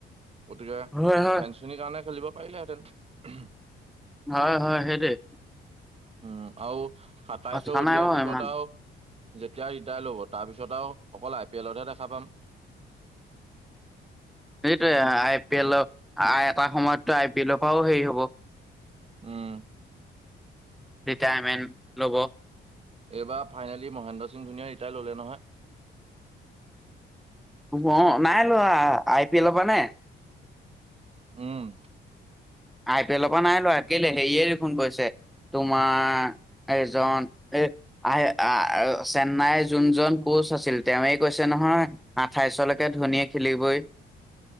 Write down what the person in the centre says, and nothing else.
হয় হয়
হয় হয় সেইটোৱেই।
কথা
নাই বাৰু
ইমান
সেইটোয়ে আই পি এলৰ এটা সময়ততো আই পি এলৰ পৰাও হেৰি হ'ব।
ৰিটায়াৰমেণ্ট ল'ব।
অ', নাই লোৱা আই পি এলৰ পৰা নে?
আই পি এলৰ পৰা নাই লোৱা কেলে হেৰিয়ে দেখোন কৈছে তোমাৰ এজন এই আহ চেন্নাইৰ যোনজন কোচ আছিল তেৱে কৈছে নহয়। আঠাইশলৈকে ধনীয়ে খেলিবই।